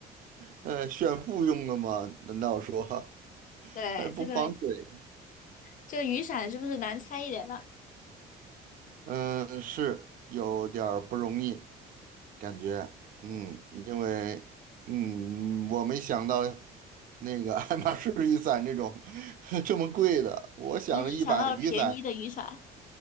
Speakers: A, on the right (about 55°); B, on the left (about 50°).
A: <laughs> 呃炫富用的吗？难道说
B: 对，
A: 还不防水？
B: 这个这个雨伞是不是难猜一点了？
A: 嗯，是有点儿不容易，感觉，嗯，因为，嗯，我没想到那个爱马仕雨伞这种 <laughs> 这么贵的，我想着一把雨伞
B: 你只想到了便宜的雨伞。